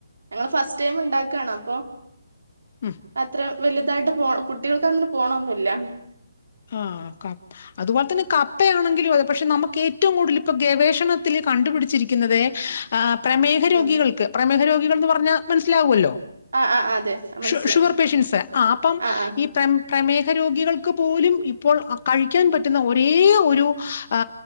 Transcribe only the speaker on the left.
ഉം
ആഹ് ക അത് പോലെ തന്നെ കപ്പയാണെങ്കിലും അതെ പഷേ നമക്കേറ്റവും കൂടല് ഇപ്പ ഗവേഷണത്തില് കണ്ട് പിടിച്ചിരിക്കുന്നതെ ആഹ് പ്രേമേഹ രോഗികൾക്ക്
പ്രേമേഹരോഗി കൾന്ന് പറഞ്ഞ മനസിലാവോലൊ
ശു ശുഗർ പേഷ്യൻസ് ആഹ് അപ്പം
ഈ പെമ് പ്രേമേഹ രോഗികൾക്കും പോലും ഇപ്പോൾ കഴിക്കാൻ പറ്റുന്ന ഒരേഒരു ആ